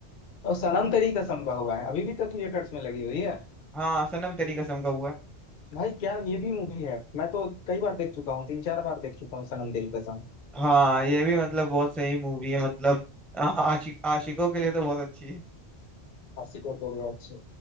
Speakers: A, on the left; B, in the centre.
A: और सनम तेरी कसम का हुआ है अभी भी तो थिएटर्स में लगी हुई है
B: हाँ सनम तेरी कसम का हुआ है
A: भाई क्या ये भी मूवी है मैं तो कई बार देख चुका हूँ तीन चार बार देख चुका हूँ सनम तेरी कसम
B: हाँ ये भी मतलब बहुत सही मूवी है मतलब आ- आशिक आशिकों के लिए तो बहुत अच्छी है
A: हंसी कोटोरिया से।